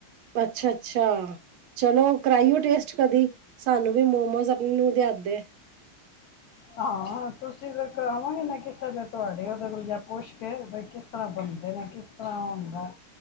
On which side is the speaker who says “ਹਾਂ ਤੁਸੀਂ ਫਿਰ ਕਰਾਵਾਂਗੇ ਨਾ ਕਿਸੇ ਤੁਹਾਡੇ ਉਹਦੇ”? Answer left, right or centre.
Left